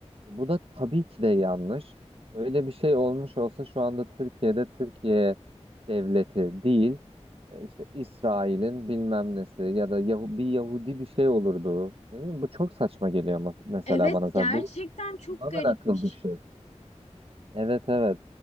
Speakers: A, on the right; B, on the left.
A: E, Bu da tabii ki de yanlış. Öyle bir şey olmuş olsa şu anda Türkiye'de Türkiye devleti değil, e, işte İsrail'in bilmem nesi ya da Yahu- bir Yahudi bir şey olurdu. Değil mi? Bu çok saçma geliyor mes- mesela
B: Evet
A: bana. zaten.
B: gerçekten
A: Bu
B: çok
A: tamamen
B: garipmiş
A: akıl dışı. Evet evet.